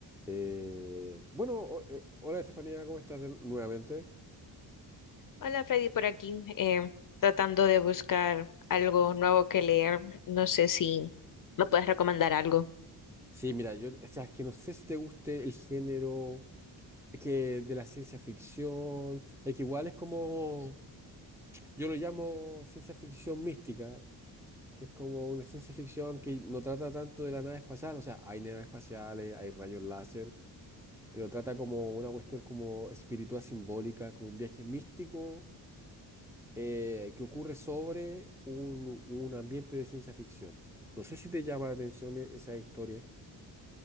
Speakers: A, in the centre; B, on the left (about 45°).
A: Eh, bueno, o- eh, hola Estefanía, ¿cómo estás de- nuevamente?
B: Hola Freddy, por aquí, eh, tratando de buscar algo nuevo que leer. No sé si me puedes recomendar algo.
A: Sí, mira, yo, o sea, es que no sé si te guste el género, es que de la ciencia ficción, es que igual es como, yo lo llamo ciencia ficción mística, que es como una ciencia ficción que no trata tanto de la nave espacial, o sea, hay naves espaciales, hay rayos láser, pero trata como una cuestión como espiritual simbólica, como un viaje místico eh, que ocurre sobre un, un ambiente de ciencia ficción. No sé si te llama la atención e- esa historia.